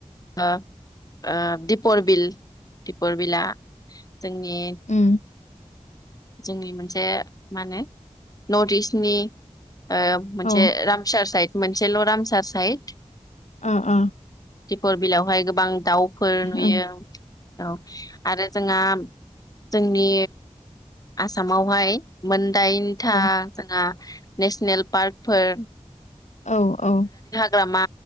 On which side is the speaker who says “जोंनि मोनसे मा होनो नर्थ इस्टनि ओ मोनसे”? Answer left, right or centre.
Left